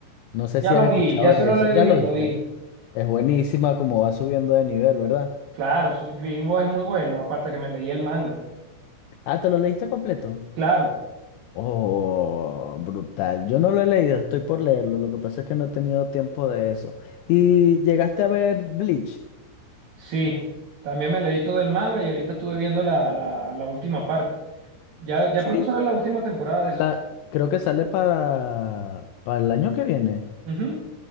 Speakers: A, on the left; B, on the right.
A: No sé
B: Ya
A: si
B: lo
A: has escuchado
B: vi, ya solo
A: de esa.
B: Leveling
A: ¿Ya lo viste?
B: lo vi.
A: Es buenísima como va subiendo de nivel, ¿verdad?
B: Claro, su Yimbo es muy bueno, aparte que me leí el manga.
A: Ah, ¿te lo leíste completo?
B: Claro.
A: Oh, brutal. Yo no lo he leído, estoy por leerlo. Lo que pasa es que no he tenido tiempo de eso. ¿Y llegaste a ver Bleach?
B: Sí, también me leí todo el manga y ahorita estuve viendo la, la, la última parte. Ya, ya
A: Sí,
B: pronto sale la última temporada de
A: la,
B: eso.
A: creo que sale para, para el año que viene.
B: Ujú.